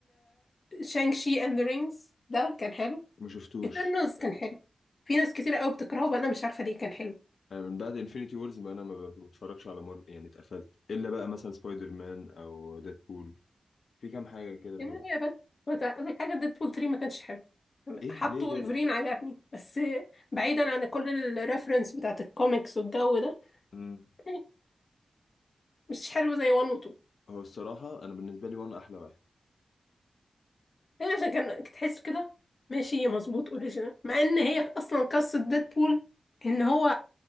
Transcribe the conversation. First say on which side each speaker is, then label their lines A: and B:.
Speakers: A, on the left; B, on the left.
A: شانك شي اند ذا رينجز ده كان حلو
B: ما شفتوش
A: ايترنالز كان حلو في ناس كتير قوي بتكرهه وانا مش عارفة ليه كان حلو
B: أنا من بعد انفينيتي وورز ما انا ما بتفرجش على مارفل يعني اتقفلت الا بقى مثلا سبايدر مان او ديدبول في كام حاجه كده اللي
A: يا مان يا بنت هو تع- أقول لك حاجة ديدبول 3 ما كانش حلو
B: ايه
A: حطوا
B: ليه كده
A: ولفرين عجبني بس بعيدا عن كل الريفرنس بتاعت الكوميكس والجو ده
B: امم
A: يعني مش حلو زي 1 و 2
B: هو الصراحه انا بالنسبه لي وان احلى واحد
A: هي عشان كان تحس كده ماشي مظبوط اوريجينال مع ان هي اصلا قصة ديدبول ان هو